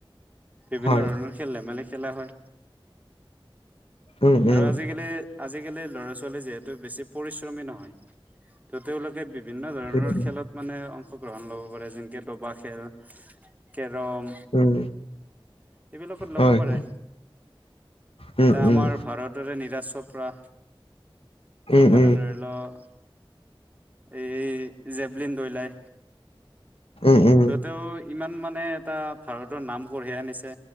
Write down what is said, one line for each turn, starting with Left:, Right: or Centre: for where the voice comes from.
Right: বিভিন্ন
Left: হয়
Right: ধৰণৰ খেল ধেমালী খেলা হয়
Left: উম উম
Right: আৰু আজিকালি আজিকালি ল'ৰা ছোৱালী যিহেতু বেছি পৰিশ্ৰমী নহয় ত' তেওঁলোকে বিভিন্ন ধৰণৰ
Left: উম
Right: খেলত মানে অংশগ্ৰহণ ল'ব পাৰে যেনেকে দবা খেল, কেৰম
Left: উম
Right: এইবিলাকত ল'ব
Left: হয়
Right: পাৰে
Left: উম,
Right: এতিয়া
Left: উম,
Right: আমাৰ ভাৰত দৰে নিৰশ চপৰা তেওঁ
Left: উম,
Right: মানে
Left: উম,
Right: ৰ'য়েলত এই জেবলিন দলিয়াই
Left: উম, উম,
Right: ত তেওঁ ইমান মানে এটা ভাৰতৰ নাম কঢ়িয়াই আনিছে